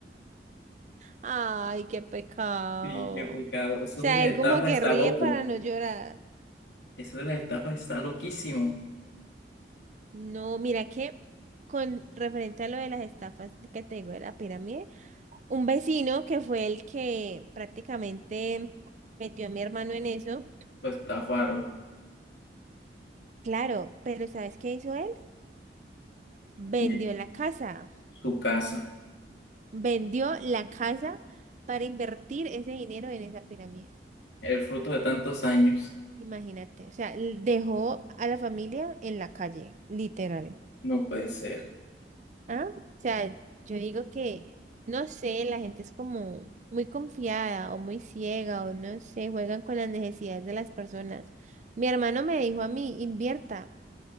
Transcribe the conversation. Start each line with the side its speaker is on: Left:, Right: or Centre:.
Right: Ay, qué pecado.
Left: Sí, qué pecado.
Right: O
Left: Eso
Right: sea,
Left: de las
Right: él
Left: estafas
Right: como que
Left: está
Right: ríe
Left: loco.
Right: para no llorar.
Left: Eso de las estafas está loquísimo.
Right: No, mira que con referente a lo de las estafas que te digo de la pirámide, un vecino que fue el que prácticamente metió a mi hermano en eso,
Left: Lo estafaron.
Right: claro, pero ¿sabes qué hizo él? Vendió
Left: Bien,
Right: la casa.
Left: Su casa.
Right: Vendió la casa para invertir ese dinero en esa pirámide.
Left: El fruto de tantos años.
Right: Imagínate. O sea, l- dejó a la familia en la calle, literal.
Left: No puede ser.
Right: ¿Ah? O sea, yo digo que, no sé, la gente es como muy confiada o muy ciega o no sé, juegan con las necesidades de las personas. Mi hermano me dijo a mí, invierta.